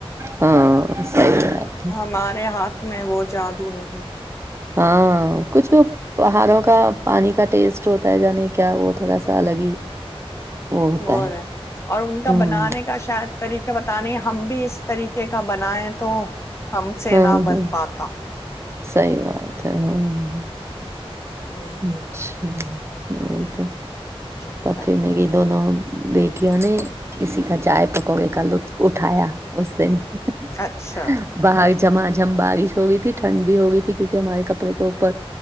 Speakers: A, on the right; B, on the left.
A: ہاں صحیح بات ہے
B: ہمارے ہاتھ میں وہ جادوں نہیں
A: ہاں کچھ پہاڑوں کا پانی کا ٹیسٹ ہوتا ہے نہیں کیا وہ تھوڑا سا الگ ہی ہوتا
B: وہ
A: ہے
B: رہا اور ان کا
A: ہاں،
B: بنانے کا شاید <unintelligible> طریقے بتے ہم بھی اس طریقے کا بنائیں تو ہم سے
A: ہاں
B: نہ بن
A: ہاں
B: پاتا
A: سی بات ہے ہاں ہوں
B: نہیں
A: ہ <unintelligible> اچھا
B: ہے
A: ہاں یہ تو
B: چکر
A: تب پھر میری دونوں بیٹیوں نے اسی کا چائے پکوڑے کا لطف اٹھایا اس دن <inaudible>
B: اچھا
A: جھما جھم بارش ہو گئی تھی ٹھنڈ بھی ہو گئی تھی کیونکہ ہمارے کپڑے تو اوپر